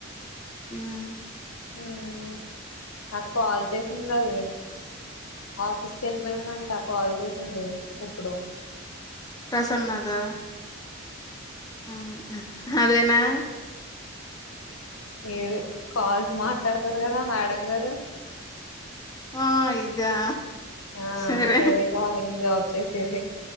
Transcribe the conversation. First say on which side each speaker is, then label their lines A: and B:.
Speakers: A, on the left; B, on the left.
A: ఉమ్,
B: మ్మ్ నాకు కాల్ చేసింది అది ఆఫీస్కి వెళ్ళిపోయిందంట కాల్ చేసింది ఇప్పుడు
A: ప్రసన్న దా మ్మ్ అదేనా
B: మీరు కాల్స్ మాట్లాడుతరు కదా మేడం గారు
A: ఆ ఇదా
B: ఆ
A: సరే.
B: టెలికాలింగ్ జాబ్ చేసేది